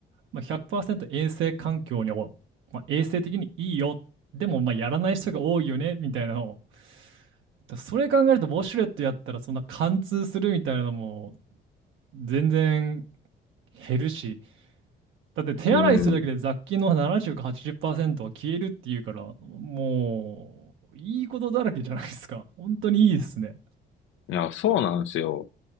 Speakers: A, on the right (about 80°); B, on the left (about 80°).
A: まあ、100%衛生環境にも、まあ、衛生的にいいよでもまあやらない人が多いよねみたいなのをだそれ考えるとウォシュレットやったらそんな貫通するみたいなのも全然減るしだって手洗いするだけで雑菌の70か80%
B: うん。い
A: は消えるっていうからもういいことだらけじゃないですか本当にいいですね
B: や、そうなんですよ。